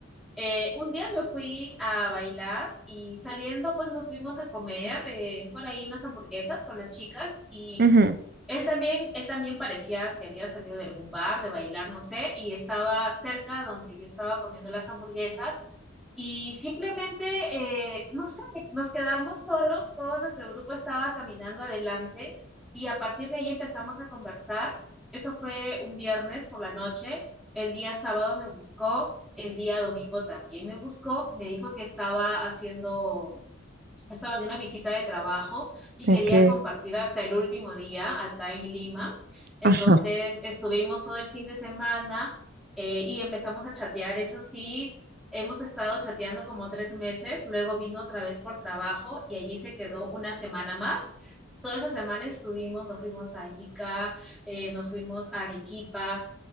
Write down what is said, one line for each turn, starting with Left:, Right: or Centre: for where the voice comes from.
Centre: Eh, un día me fui a bailar y saliendo pues nos fuimos a comer eh, por ahí unas hamburguesas con las chicas y
Right: ujú,
Centre: él también, él también parecía que había salido de algún bar, de bailar, no sé, y estaba cerca donde yo estaba comiendo las hamburguesas y simplemente, eh, no sé, nos quedamos solos, todo nuestro grupo estaba caminando adelante y a partir de ahí empezamos a conversar. Eso fue un viernes por la noche. El día sábado me buscó, el día domingo también me buscó, me dijo que estaba haciendo, estaba de una visita de trabajo y
Right: Ok.
Centre: quería compartir hasta el último día acá en Lima. Entonces
Right: Ajá.
Centre: estuvimos todo el fin de semana eh, y empezamos a chatear, eso sí. Hemos estado chateando como tres meses, luego vino otra vez por trabajo y allí se quedó una semana más. Toda esa semana estuvimos, nos fuimos a Ica, eh, nos fuimos a Arequipa,